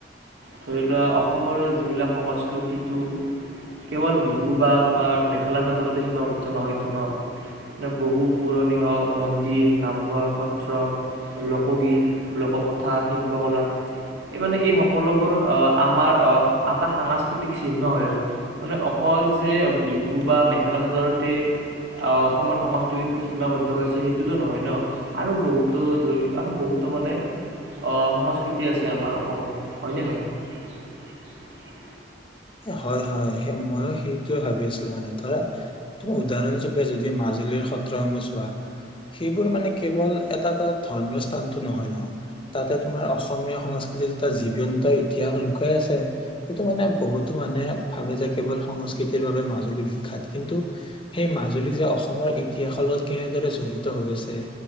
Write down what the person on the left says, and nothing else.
হয় হয় ময়ো সেইটোৱে ভাবি আছিলো মানে ধৰাম উদাহৰণ হিচূপে যদি মাজুলীৰ সত্ৰসমূহ চোৱা সেইবোৰ মানে কেৱল এটা এটা ধৰ্মীয় স্থানতটো নহয় ন তাতে তোমাৰ অসমীয়া সংস্কৃতিত এটা জীৱন্ত ইতিহাস লুকাই আছে সেইটো মানে বহুত মানে ভাবে যে কেৱল সংস্কৃতিৰ বাবে মাজুলী বিখ্যাত কিন্তু সেই মাজুলী যে অসমৰ ইতিহাসৰ লগত কেনেদৰে জড়িত হৈ আছে